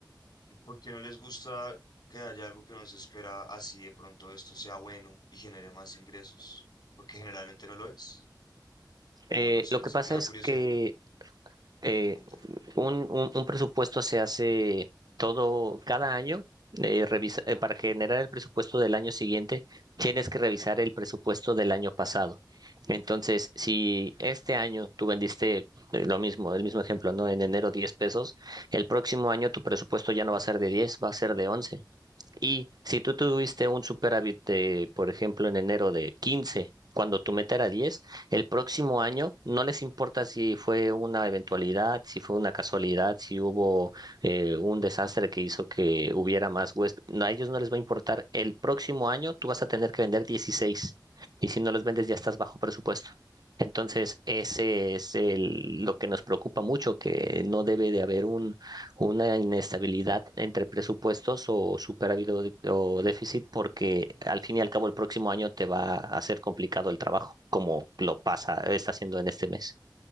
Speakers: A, on the left; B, on the right.
A: ¿por qué no les gusta que haya algo que no se espera así de pronto esto sea bueno y genere más ingresos? Porque generalmente no lo es.
B: Eh,
A: O no sé,
B: lo que pasa
A: me da
B: es
A: curiosidad.
B: que eh,
A: Cuéntame.
B: un, un- un presupuesto se hace todo, cada año, eh, revisa- eh, para generar el presupuesto del año siguiente, tienes que revisar el presupuesto del año pasado. Entonces, si este año tú vendiste eh, lo mismo, el mismo ejemplo, ¿no? En enero 10 pesos, el próximo año tu presupuesto ya no va a ser de diez va a ser de once y si tú tuviste un superávit de, por ejemplo, en enero de 15, cuando tu meta era 10, el próximo año no les importa si fue una eventualidad, si fue una casualidad, si hubo eh, un desastre que hizo que hubiera más huéspedes. No, a ellos no les va a importar. El próximo año tú vas a tener que vender 16 y si no los vendes ya estás bajo presupuesto. Entonces, ese es el- lo que nos preocupa mucho, que no debe de haber un una inestabilidad entre presupuestos o superávit o de- o déficit, porque al fin y al cabo el próximo año te va a hacer complicado el trabajo, como lo pasa, está haciendo en este mes.